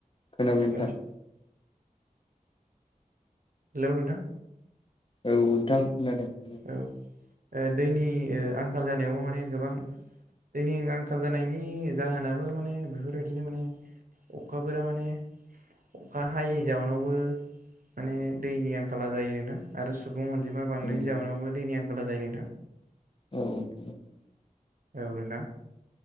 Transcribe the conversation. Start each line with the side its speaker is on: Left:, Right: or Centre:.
Left: खोनाबाय
Right: औ
Left: नोंथां।
Right: हेलौ नोंथां
Left: औ नोंथां खोनादों। खोनादों
Right: औ दैनि आंखाल जानायावबो माने गोबां जोंनि आंखाल जानायनि जाहोनाबो माने बेफोरबायदिनो माने अखाफोरा माने अखा हायि जावनावबो माने दैनि आंखाला जायो नोंथां आरो। सुबुं अनजिमा बांनायनि
Left: औ नोंथां
Right: जाउनावबो दैनि आंखाल जायो नोंथां।
Left: औ नोंथां औ नोंथां
Right: औ नोंथां